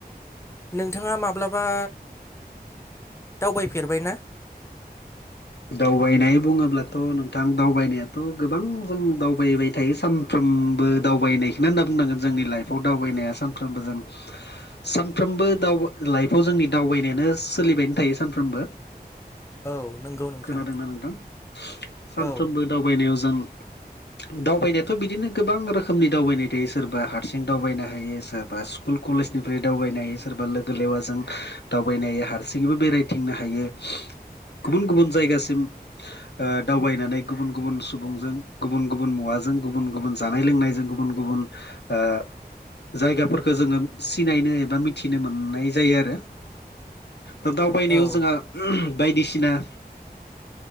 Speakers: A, on the left; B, on the left.
A: नोंथाङा माब्लाबा दावबायफेरबाय ना?
B: दावबायनाय बुङोब्लाथ' नोंथां दावबायनायाथ' गोबां जों दावबायबाय थायो सान सानफ्रोमबो दावबायनायखौनो होनना बुंनांगोन जोंनि लाइफआव दावबायनाया सानफ्रोमबो जों सानफ्रोमबो दाव लाइफआव जोंनि दावबायनायानो सोलिबायनो थायो सानफ्रोमबो
A: औ नंगौ नोंथां
B: खोनादोंना नोंदों नोंथां सानफ्रोमबो
A: औ
B: दावबायनायाव जों दावबायनायाथ' बिदिनो गोबां रोखोमनि दावबायनाय थायो सोरबा हारसिं दावबायनो हायो सोरबा स्कुल कलेजनिफ्राय दावबायनाय सोरबा लोगो लेवाजों दावबायनाय हारसिङैबो बेरायथिंनो हायो। गुबुन गुबुन जायगासिम ओ दावबायनानै गुबुन गुबुन सुबुंजों गुबुन गुबुन मुवाजों गुबुन गुबुन जानाय लोंनायजों गुबुन गुबुन गुबुन ओ जायगाफोरखौ जोङो सिनायनो एबा मिथिनो मोननाय जायो आरो दा दावबायनायाव
A: औ
B: जोंहा बायदिसिना